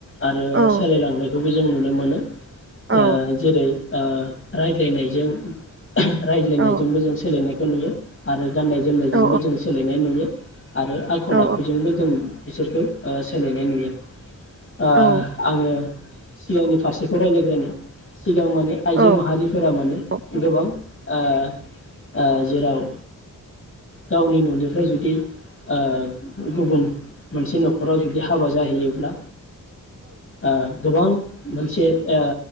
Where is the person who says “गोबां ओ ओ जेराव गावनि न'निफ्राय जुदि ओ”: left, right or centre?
Left